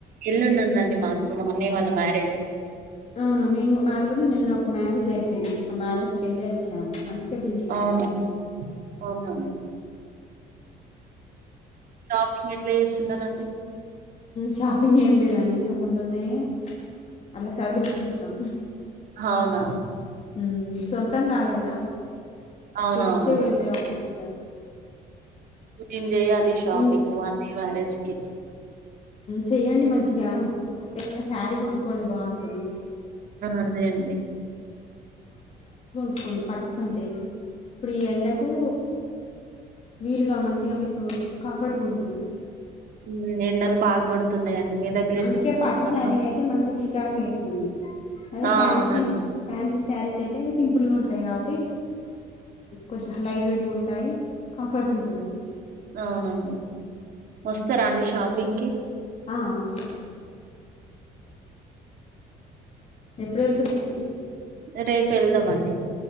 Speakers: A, on the right (about 60°); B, on the left (about 40°).
A: ఎల్లుండుందండి మాకు మా అన్నయ్య వాళ్ళ మ్యారేజ్
B: అవున మేమ్ మాది కూడ నిన్న ఒక మ్యారేజ్ అయిపోయింది ఆ మ్యారేజ్ కెళ్ళి వచ్చాము అందు బిజీ ఉన్నాం
A: అవునా
B: నిన్న
A: అవునండి షాపింగ్ ఎట్ల చేస్తున్నారండి
B: షాపింగ్ ఏం లేదండి ఇంతకు ముందు ఉన్నయే అట్ల చదురుకుంటున్నాం
A: హవునా
B: ఉమ్ సొంతం కాదు కదా
A: అవునవునండి
B: పిలిస్తే వెళ్ళే వాళ్ళకి కదా
A: మేం చెయాలి షాపింగ్
B: ఇన్
A: మాన్ మ్యారేజ్ కి
B: చెయ్యండి మంచిగా ఏదన్నా శారీ కొనుక్కోండి బాగుంటుంది
A: అదే అండి
B: కోండి పట్టుకుంటే ఇప్పుడు ఈ ఎండకూ వీలుగా మంచిగా మీకు కంఫర్ట్గా ఉంటుంది
A: మ్ ఎండలు బాగ్ కొడుతున్నాయండి మీ దగ్గర
B: అందుకే
A: ఎట్లా
B: పట్టుసారీ అయితే మనకు చికాక్ లేస్తుంది అదే
A: ఆ
B: ఫాన్సి
A: అవునండి
B: ఫ్యాన్సిస్ శారీస్ అయితే సింపుల్ గా ఉంటాయి కాబట్టి కొంచెం లైట్ వెయిట్ ఉంట ఉంటయి కంఫర్ట్ ఉంటుంది
A: అవునండి వస్తరా అండి షాపింగ్కిి
B: ఆ వస్తా ఎప్పుడెళ్తున్నారంండి
A: <unintelligible> వెళ్దామండి